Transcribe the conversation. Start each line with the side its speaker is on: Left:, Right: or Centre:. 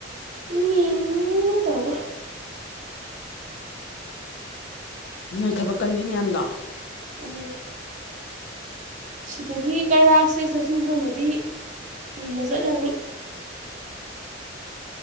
Right: ꯃꯤ ꯇꯧꯒ
Left: ꯅꯣꯏ ꯊꯕꯛ ꯀꯟꯕꯤ ꯃꯌꯥꯝꯗꯣ
Right: ꯑ ꯁꯤꯗꯒꯤ ꯀꯩꯔꯥꯛꯁꯤꯗ ꯁꯨꯝ ꯊꯝꯃꯗꯤ ꯀꯨꯏꯅ ꯆꯠꯂꯅꯤ